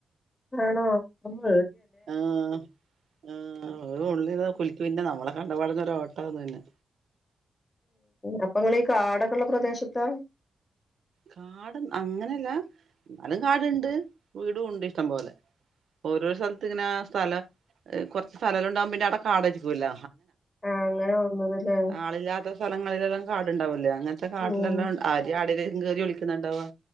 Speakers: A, on the left (about 20°); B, on the right (about 65°).
A: ആണോ അമ്മ
B: ആഹ ആ ഉള്ളിൽ കുലിക്ക പിന്നെ നമ്മളെ കണ്ടപാടന്നൊ ഓട്ട ഒന്നു പിന്നെ
A: അപ്പൊ നിങ്ങീ കാടകുള്ള പ്രദേശത്താ
B: കാട് അങ്ങനെയല്ല എന്നാലും കാടുണ്ട് വീടുംണ്ട് ഇഷ്ടം പോവലെ ഓരോ സ്ഥലത്ത് ഇങ്ങനെ സ്ഥലം കുറച്ച് സ്ഥലുണ്ടകൻ പിന്ന അവിടെ കാടരിക്കൂല്ല
A: ആഹ അങ്ങനെ വന്നതല്ലേ
B: ആളില്ലാത്ത സ്ഥലങ്ങളിലെല്ലാം കാടുണ്ടാവില്ലേ അങ്ങനത്തെ കാട്ടിലെല്ലാം
A: ഉം
B: ആര് ആട കറി വിളിക്കുന്നുണ്ടാവവാ